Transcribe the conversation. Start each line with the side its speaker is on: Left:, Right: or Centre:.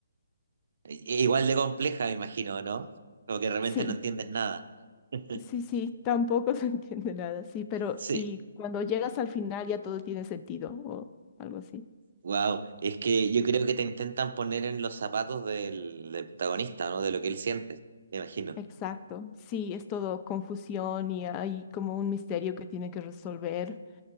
Right: Igual de compleja, me imagino, ¿no? Como que realmente
Left: Sí,
Right: no entiendes nada. <laughs>
Left: sí, sí, <laughs> tampoco se entiende nada, sí, pero
Right: Sí.
Left: y cuando llegas al final ya todo tiene sentido o algo así.
Right: Wow. Es que yo creo que te intentan poner en los zapatos del, del protagonista, ¿no? De lo que él siente, me imagino.
Left: Exacto, sí, es todo confusión y hay como un misterio que tiene que resolver.